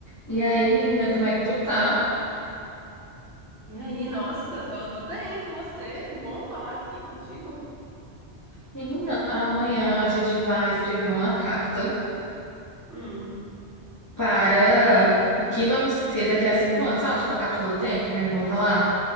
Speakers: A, on the left (about 15°); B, on the right (about 80°).
A: E aí, menina, como é que tu tá?
B: E aí, nossa, tô, tô bem com você. Bom falar aqui contigo.
A: Menina, amanhã a gente vai escrever uma carta
B: Hum.
A: para o que vamos ser daqui a cinco anos, sabe? Tipo a cápsula do tempo, a gente volta lá.